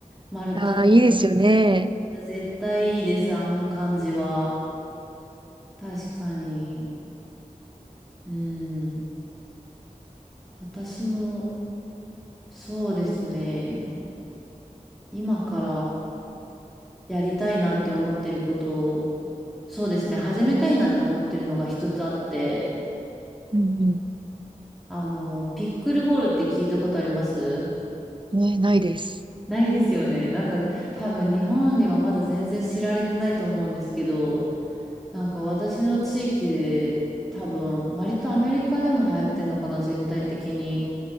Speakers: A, in the centre; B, on the right.
A: 丸太。
B: ああ、
A: い
B: いいですよね。
A: や、絶対いいです。あの感じは。確かに。うん。私も、そうですね。今からやりたいなって思ってることを、そうですね。始めたいなって思ってるのが一つあって、
B: うん
A: あの、ピックルボールって聞いたことあります
B: うん。ね、ないです。
A: ないですよね。なんか多分日本にはまだ全然知られてないと思うんですけど、なんか私の地域で多分割とアメリカでも流行ってんのかな、全体的に。